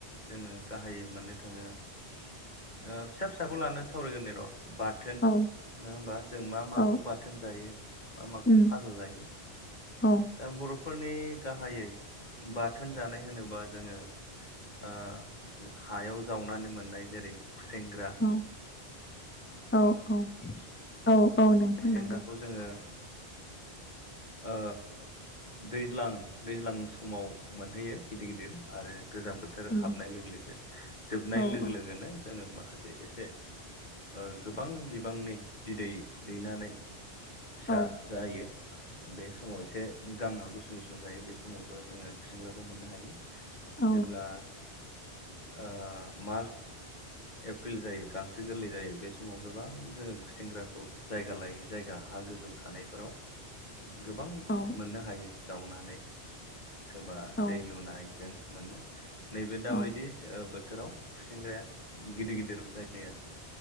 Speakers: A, on the left (about 45°); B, on the left (about 20°).
A: जोङो गाहायै मोननो थाङो ओ फिसा फिसाखौ लानानै सावरायगोरनि र'। बाथोन नङा
B: औ
A: होमबा जों मा माखौ
B: औ
A: बाथोन जायो। मा माखौ
B: उम
A: फाजा जायो
B: औ
A: दा बर'फोरनि गाहायै बाथोन जानाय होनोबा जोङो आ हायाव जावनानै मोननाय जेरै खुसेेंग्रा।
B: औ औ औ औ औ नोंथां
A: खुसेंग्राखौ
B: नंगौ।
A: जोङो ओ दैज्लां दैज्लां समाव मोनहैयो गिदिर गिदिर आरो गोजां बोथोर
B: उम
A: हाबनाय लोगो लोगो जोबनाय
B: औ
A: लोगो
B: औ
A: लोगोनो जोङो माखासे एसे ओ गोबां बिबांनि बिदै दैनानै फिसा
B: औ
A: जायो। बे समाव एसे गांङा गुसुं गुसुं जायो बे समावबो जोङो खुसेंग्राखौ मोननो हायो।
B: औ
A: जेब्ला ओ मार्च एप्रिल जायो गांसो गोरलै जायो बे स समाव गोबां जोंङो खुसेंग्राखौ जायगा लायै जायगा हा गोजौ थानायफोराव गोबां
B: औ
A: मोननो हायो जावनानै। सोरबा
B: औ
A: दै लुनायजों मोनो नैबे दाबायदि
B: औ
A: बोथोराव खुसेग्राया गिदिर गिदिर जायो आरो।